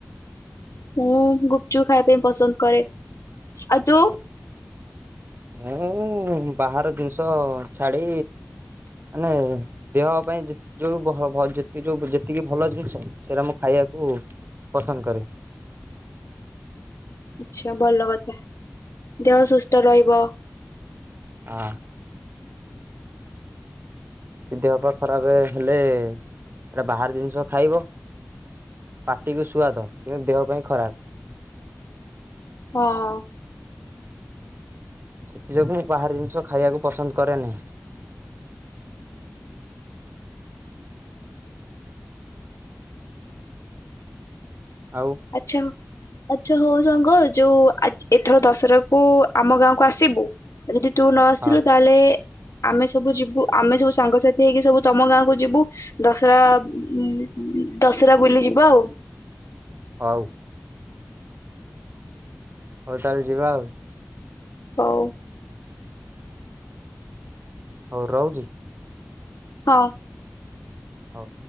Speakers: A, on the left (about 80°); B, on the right (about 45°).
A: ମୁଁ ଗୁପଚୁପ୍ ଖାଇବା ପାଇଁ ପସନ୍ଦ କରେ।
B: <unintelligible>
A: ଆଉ ତୁ
B: ମୁଁ ଉଁ ଉଁ ମୁଁ ବାହାର ଜିନିଷ ଛାଡି ମାନେ ଦେହ ପାଇଁ ଯେ ଯୋଉ ବହ ବହ ଭ ଯୋଉ ଯେତିକି ଭଲ ଜିନିଷ ସେରା ମୁଁ ଖାୟାକୁ ପସନ୍ଦ କରେ।
A: ଆଛା ଭଲ କଥା ଦେହ ସୁସ୍ଥ ରହିବ।
B: ଆଁ। ସେ ଦେହପା ଖରାପ ହେଲେଏଏ ଏଟା ବାହାର ଜିନିଷ ଖାଇବ ପାଟିକୁ ସୁଆଦ କିନ୍ତୁ ଦେହ ପାଇଁ ଖରାପ୍।
A: ହଁଅଅ
B: ସେଥିଯୋଗୁଁ ମୁଁ ବାହାର ଜିନିଷ ଖାଇବାକୁ ପସନ୍ଦ କରେନି। ଆଉ
A: ଆଛା ଆଚ୍ଛା ହଉ ସାଙ୍ଗ ଯୋଉ ଆ ଏଥର ଦଶହରାକୁ ଆମ ଗାଆଁକୁ ଆସିବୁ ଆ ଯଦି ତୁ ନ ଆସିଲୁ
B: ହଁ
A: ତାଏଲେ ଆମେ ସବୁ ଯିବୁ ଆମେ ସବୁ ସାଙ୍ଗସାଥି ହେଇକି ସବୁ ତମ ଗାଁ କୁ ଯିବୁ ଦଶରା ଉଁ ଉଂ--ଦଶରା ବୁଲି ଯିବା ଆଉ।
B: ହଉ। ହଉ ତାହେଲେ ଯିବା ଆଉ।
A: ହଉ
B: ହଉ ରଉଚି।
A: ହଁ।
B: ହଉ।